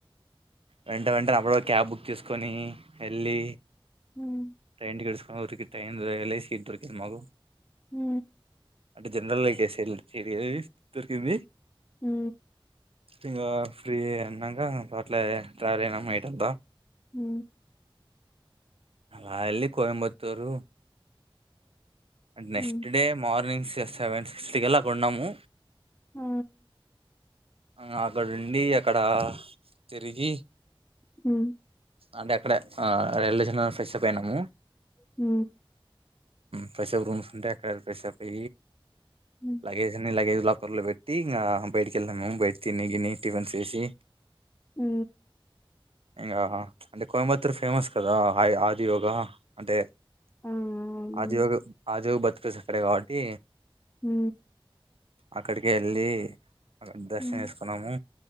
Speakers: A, on the right; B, on the left.
A: వెంట వెంటనేప్పుడు క్యాబ్ బుక్ చేసుకొని వెళ్ళి
B: హ్మ్
A: ట్రైన్కట్సు గంద ఎల్ ఐసి ఇరు కెల్ మగు
B: హ
A: అంటే జనరల్ గాస చే దొరికింది
B: హ
A: ఇంకా ఫ్రీ అన్నాక అట్లే ట్రావెల్ అయనాయైట ఎంతా
B: హ
A: అలా వెళ్ళ కోయంబత్తూరు అంటే నెక్స్ట్
B: హ్మ్
A: డే మార్నింగ్స్ క్స్ సెవెన్ సిక్స్త్కి ఎలా కొన్నాము
B: ఆ
A: ఆ అక్కడ ఉండి అక్కడ తిరిగి
B: హ
A: అంటే అక్కడ రైల్వేషన్ ఫ్రెష్ అప్ అయినాము
B: హ
A: పైా వం ఫంటక్కడ పైసా పై
B: హ్మ్
A: గేస నిే కరలో పెట్టి ఇంకా బయటకి వెళ్ళాముేము బయట తినిగిని టిఫిన్ వేసి
B: హ
A: ఇంకా అంటే కోయబత్తూర్ ఫేమస్ కదా ఆ ఆదియోగ అంటే
B: ఆ అవును
A: ఆది ఒక ఆది చక్కరే కాబట్టి
B: హ
A: అక్కడికి వెళ్ళలి అ దర్శనం
B: హ్మ్
A: చేసుకున్నాము